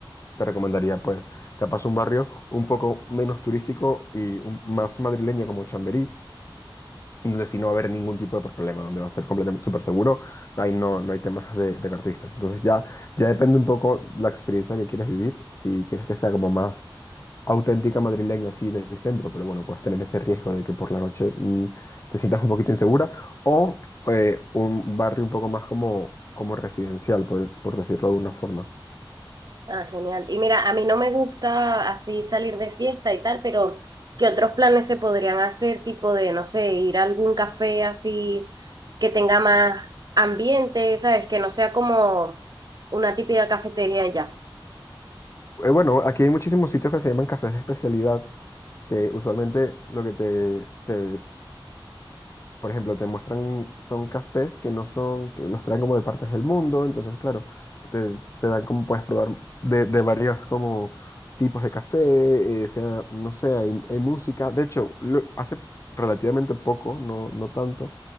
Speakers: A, on the left (about 35°); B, on the right (about 50°).
A: te recomendaría, pues, capaz un barrio un poco menos turístico y un- más madrileño como Chamberí, donde sí no va a haber ningún tipo de problema, donde va a ser completamente súper seguro, ahí no, no hay temas de, de carteristas. Entonces ya, ya depende un poco la experiencia que quieres vivir, si quieres que sea como más auténtica madrileña así del centro, pero bueno, puedes tener ese riesgo de que por la noche mm, te sientas un poquito insegura, o eh, un barrio un poco más como, como residencial, por, por decirlo de alguna forma.
B: Ah, genial. Y mira, a mí no me gusta así salir de fiesta y tal, pero ¿qué otros planes se podrían hacer? Tipo de, no sé, ir a algún café así que tenga más ambiente, ¿sabes? Que no sea como una típica cafetería ya.
A: Eh, bueno, aquí hay muchísimos sitios que se llaman cafés de especialidad, que usualmente lo que te, te por ejemplo, te muestran, son cafés que no son, que los traen como de partes del mundo, entonces, claro, te, te dan como puedes probar de, de varios como tipos de café, eh, sea, no sé, hay, hay música. De hecho, lo- hace relativamente poco, no, no tanto,